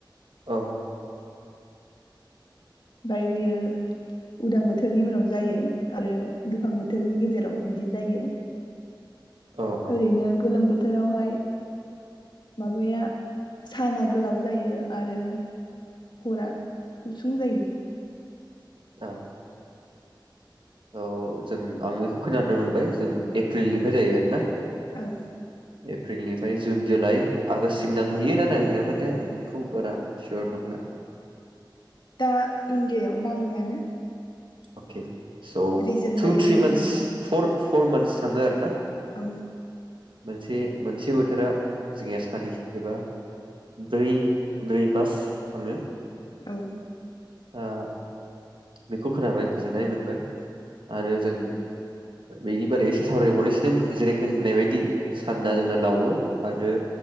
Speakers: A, on the right; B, on the left.
A: औ
B: ओमफाय बेयो उदां बोथोरनि उनाव जायो आरो दुफां बोथोरनि गेजेराव बिदि जायो
A: औ औ
B: ओरैनो ग गोलोम बोथोरावहाय माबाया साना गोलाव जायो आरो हरा गुसुं जायो
A: औ औ जों आं बेखौ खोनानो मोनबाय जों एप्रिलनिफ्राय जायो आरोना
B: औ
A: एप्रिलनिफ्राय जुन जुलाइ आगोस्टसिम नांहैयो ना नांहैयामोनथाय आं बेखौ बारा सियर नंला
B: दा इण्डियायाव नाङोआनो
A: अखे स'
B: रिजोन
A: थु
B: लायै
A: थ्रि
B: रिजोन
A: मान्थस फर फर मान्थस थाङो आरो ना
B: औ
A: मोनसे मोनसे बोथोरा जोंनिया सारि एबा ब्रै ब्रै मास थाङो
B: औ
A: आ बेखौ खोनाबाय गोजोननाय मोनबाय आरो जों बेनि बारै एसे सावरायबावनायसि नों जेरै <unintelligible> नों होननाय बायदि सानना
B: औ
A: जोंना लावो आरो